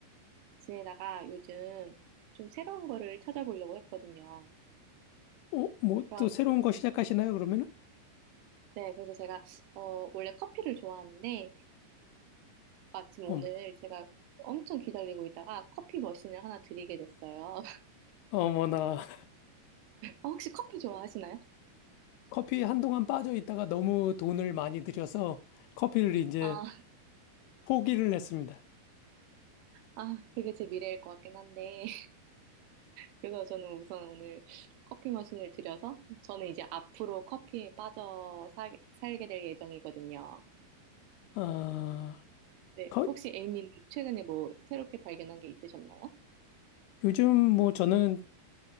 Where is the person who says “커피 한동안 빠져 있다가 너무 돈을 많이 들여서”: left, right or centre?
Left